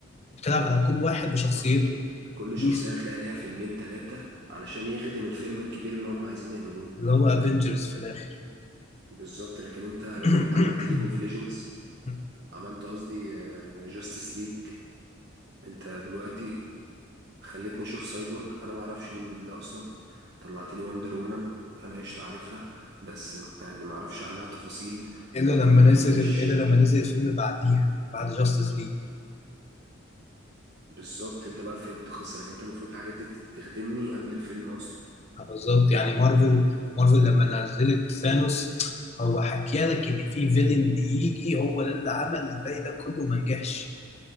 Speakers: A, on the left (about 30°); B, on the right (about 55°).
A: بتلعب على كل واحد
B: بالظبط
A: بشخصيته
B: كل
A: دي
B: شخصية
A: س-
B: هتلاقي ليها فيلمين تلاتة علشان يخدم الفيلم الكبير اللي هم عايزين يعملوه
A: اللي هو افنجرز في الاخر
B: بالظبط لكن انت لما
A: <clears throat>
B: جيت عملت ليج اوف ليجندز
A: <coughs>
B: عملت قصدي جاستس ليج انت دلوقتي خليتني اشوف سايبورج انا معرفش من ده اصلا طلعت لي وندر وومن انا قشطة عارفها بس يعني ما اعرفش عنها تفاصيل
A: الا
B: طلعت
A: لما
B: لي
A: نزل
B: فلاش
A: الا لما نزل الفيلم اللي بعديها بعد جاستس ليج
B: بالظبط انت بقى فهمت القصه لكن انت المفروض الحاجات دي تخدمني قبل الفيلم اصلا
A: بالظبط يعني مارفل مارفل لما نزلت ثانوس هو حكي لك ان في فيلن بيجي هو ده اللي عمل الباقي ده كله وما نجحش